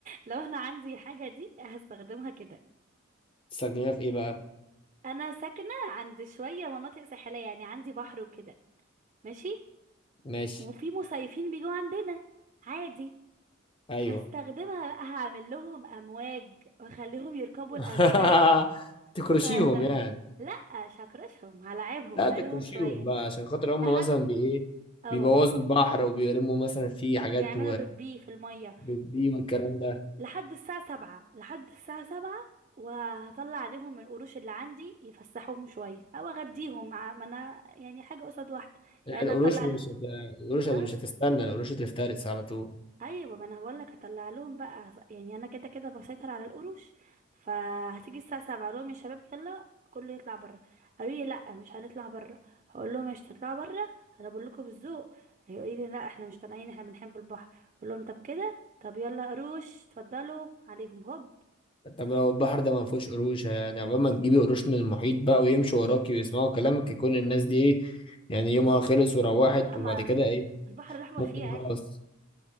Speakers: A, on the right; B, on the left.
A: لو انا عندي الحاجه دي هستخدمها كده
B: تستخدمها في ايه بقى
A: انا ساكنه عند شويه مناطق ساحليه يعني عندي بحر وكده ماشي
B: ماشي
A: وفي مصيفين بيجوا عندنا عادي
B: ايوه
A: هستخدمها بقى هعمل لهم امواج واخليهم يركبوا
B: <laughs>
A: الامواج
B: تكرشيهم
A: صدق
B: يعني
A: لا مش هكرشهم هلاعبهم
B: لا
A: هلاعبهم
B: تكرشيهم
A: شويه
B: بقى عشان خاطر هم
A: لحد
B: مثلا بي ايه
A: اه
B: بيبوظوا البحر وبيرموا مثلا فيه حاجات
A: بيعملوا بيبي في الميه
B: وبتبي والكلام ده
A: لحد الساعة سبعة لحد الساعة سبعة وهطلع عليهم من القروش اللي عندي يفسحوهم شوية أو أغديهم مع ما أنا يعني حاجة قصاد واحدة يعني أنا
B: القروش
A: هطلع
B: مش
A: لهم
B: هت... القروش هت-
A: أه
B: مش هتستنى القروش هتفترس على طول
A: أيوة ما أنا بقولك هطلع لهم بقى يعني أنا كده كده بسيطر على القروش فهتيجي الساعة سبعة أقول لهم يا شباب يلا كله يطلع بره قالوا لي لا مش هنطلع بره هقول لهم مش هتطلعوا بره انا بقول لكم بالذوق هيقولوا لي لا احنا مش طالعين احنا بنحب البحر اقول لهم طب كده طب يلا قروش اتفضلوا عليهم هوب
B: طب لو البحر ده ما فيهوش قروش يعني عقبال ما تجيبي قروش من المحيط بقى ويمشوا وراكي ويسمعوا كلامك يكون الناس دي ايه يعني يومها خلص وروحت
A: لا
B: وبعد
A: ما
B: كده ايه
A: البحر الاحمر
B: ممكن
A: فيه عادي
B: خلاص